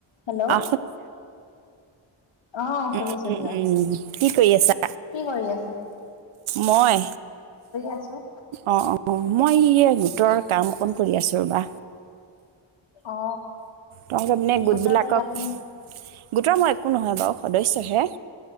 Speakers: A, on the left; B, on the right.
A: হেল্ল'।
B: অ
A: অ
B: উম,
A: শুনিছো
B: উম,
A: দিয়ক
B: উম কি কৰি আছা?
A: কি কৰি আছা?
B: মই
A: আছো
B: অ, অ। অ, মই এই গোটৰ কাম অকণ কৰি আছোঁ ৰ'বা।
A: অ,।
B: তাৰমানে গোটবিলাকক
A: গোটৰ কি আপুনি
B: গোটৰ মই একো নহয় বাৰু সদস্যহে।